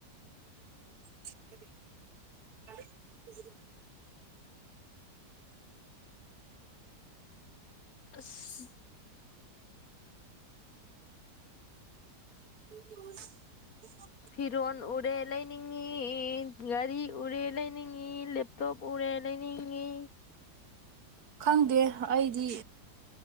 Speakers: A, on the right; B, on the left.
A: ꯍ inaudible
B: ꯑꯁ
A: <inaudible>
B: ꯐꯤꯔꯣꯟ ꯎꯔꯦ ꯂꯩꯅꯤꯡꯉꯤ ꯒꯥꯔꯤ ꯎꯔꯦ ꯂꯩꯅꯤꯡ ꯉꯤ ꯂꯦꯞ ꯇꯣꯞ ꯎꯔꯦ ꯂꯩꯅꯤꯡꯉꯤ
A: ꯈꯪꯗꯦ ꯑꯩꯗꯤ